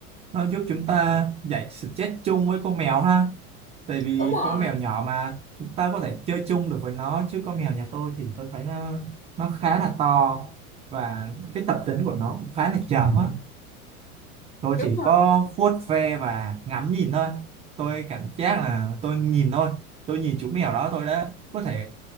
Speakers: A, on the right; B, on the left.
A: nó giúp chúng ta giải stress chung với con mèo ha tại vì
B: đúng rồi
A: con mèo nhỏ mà chúng ta có thể chơi chung được với nó chứ con mèo nhà tôi thì tôi thấy nó nó khá là to và cái tập tính của nó cũng khá là trầm á tôi
B: đúng
A: chỉ có vuốt ve và ngắm nhìn thôi tôi cảm giác là tôi nhìn thôi tôi nhìn chú mèo đó tôi đã có thể